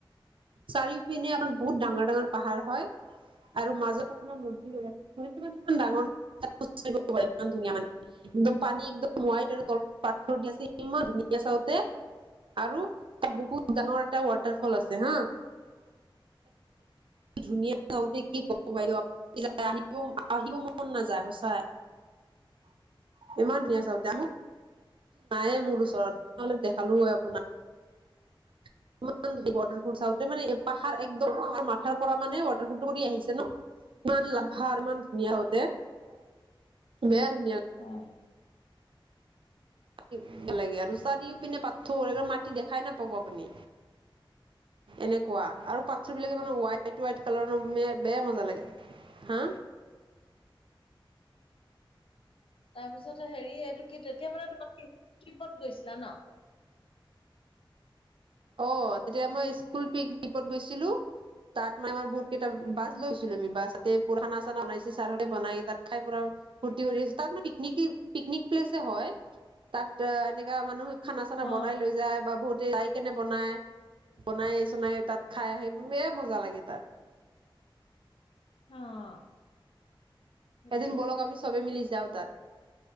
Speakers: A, on the right (about 65°); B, on the left (about 75°).
A: চাৰিও পিনে এখন বহুত ডাঙৰ, ডাঙৰ পাহাৰ হয় আৰু মাজত--। পোন মি হৈ আছে। ইমান ডাঙৰ খো-ইমান ধুনীয়া মানে। একদম পানী একদম। মাইট আৰু তলত পাথৰ দি আছে, ইমান ধুনীয়া চাওঁতে আৰু--। তাৰ বহুত ডাঙৰ এটা ৱাটাৰফল আছে। হা। ধুনীয়া চাতে কি, কম। বাইদেউ আহিব, আহিব মন নাযায় সচাই। ইমান ধুনীয়া চাওঁতে? নায়ে, মোৰ ওচৰতলে নহ'লে দেখালো হয় আপোনাক। <unintelligible> মটফুলাতে মানে পাহাৰ একদম পাহাৰ মাথাৰ পৰা মানে ৱাটাৰফুলটো কৰি আহিছে ন' ইমান ভাৰ মান ধুনীয়া হতে। বেয়া ধুনীয়া।
B: অ'।
A: কি লাগীয় আৰু। চ্তা দি পিনে পাথৰ এক মাটি দেখাই নাপাব আপুনি। এনেকুৱা আৰু পাথৰ বিলাকে মানে হোৱাইট হোৱাইট কালাৰ বেয়া মজা লাগ হা?
B: তাৰপিছত হেৰি এইটো কি তেতিয়া মানে তোম ক'ত গৈছিলা ন'।
A: অ', তেতিয়া মই স্কুল পিকনিকত গৈছিলো, তাত মই আমাৰ বহুত কেইটা বাছ
B: অ
A: লৈছিলো আমি বাছ তাতে পানা চানা বনাইছো ছাৰতে বনাই তাত খাই পুৰা ফুৰ্তিো তাত ম পনিক পিকনিক প্লেছে হয়, তাত এনেকা মানুহ খানা, চানা
B: অ
A: বনাই লৈ যায় বা বহুত যাই কেনে বনাই বনাই চনাই তাত খাই আহি ব মজা লাগে তাত।
B: অ'। সেইটোয়েতো
A: এদিন বলক আমি চব মিলি যাওঁ তাত।